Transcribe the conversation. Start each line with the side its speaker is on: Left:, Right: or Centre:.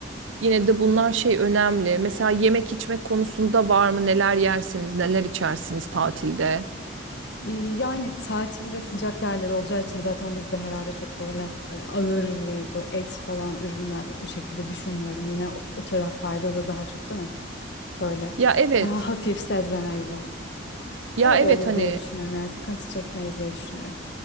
Right: yine de bunlar şey önemli. Mesela yemek içmek konusunda var mı? Neler yersiniz, neler içersiniz tatilde?
Left: Ee, Yani tatil ve sıcak yerler olacağı için zaten biz de herhalde çok böyle e, ağır ve bu et falan ürünler o şekilde düşünmüyorum. Yine o, o taraflarda da daha çok değil mi? Böyle
Right: Ya evet.
Left: daha hafif sebze meyve.
Right: Ya
Left: Öyle
Right: evet
Left: olur
Right: hani
Left: diye düşünüyorum. Yani sıkıntı çekmeyiz diye düşünüyorum.